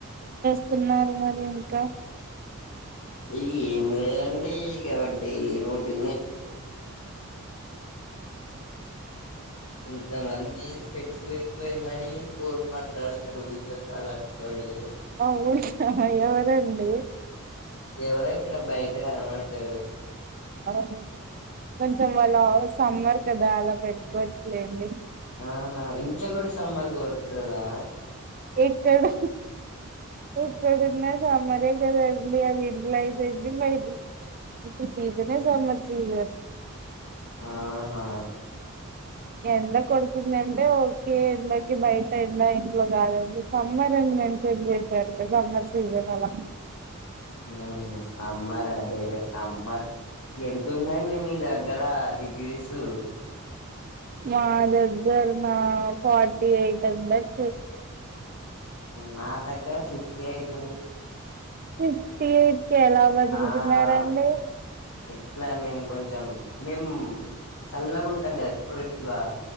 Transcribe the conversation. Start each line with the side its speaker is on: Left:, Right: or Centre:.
Right: వస్తున్నారు మరి ఇంకా
Left: ఈ ఏం లేదండి ఇక డైలీ రోడ్డు కొంత మంది పెట్టుకని మరి పోల్ మాట్లాడతారు ఇ కాాలట్టుకొని
Right: అవును ఆ ఎవరండి
Left: ఎవరో ఇక్కడ బయట కనబడ్డారు
Right: అ కొంచెం వల్ల సమ్మర్ కదా అలా పెట్టుకోవచ్చులేండి
Left: ఆహా ఇంట్ల గూడా సమ్మర్ కొడస్తదా
Right: ఎక్కడు ఎక్కడున్నా సమ్మర్ ఏ కదండీ డి అది ఇల్లుఐతేంటి బయటతే ఏంది ఇప్పుడు సీజన్ సమ్మర్ సీజన్
Left: ఆహా
Right: ఎండ కొడుతుందంటే ఓకే బట్ బయట ఎండ ఇంట్లో గాలి సమ్మర్ అని మెన్షన్ చేసారు కదా సమ్మర్ సీజన్ అలా
Left: హ సమ్మర్ అదేగా సమ్మర్ ఎంత ఉందండి మీ దగ్గర డిగ్రీస్
Right: మా దగ్గర నా ఫార్టీ ఎయిట్ ఉండొచ్చు
Left: నా దగ్గర ఫిఫ్టీ ఎయిట్ ఉంది
Right: ఫిఫ్టీ ఎయిట్ కెలా బతుకుతున్నారండి
Left: ఆ ఎట్లా మేము కొంచెం మేము చల్లగా ఉంటాం గదా ఎప్పుడు ఇట్లా